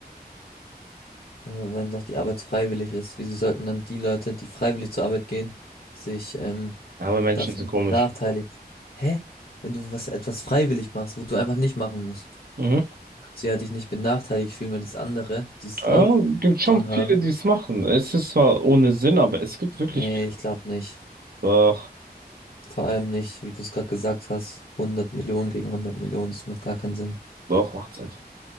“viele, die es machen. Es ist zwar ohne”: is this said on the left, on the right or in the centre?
Right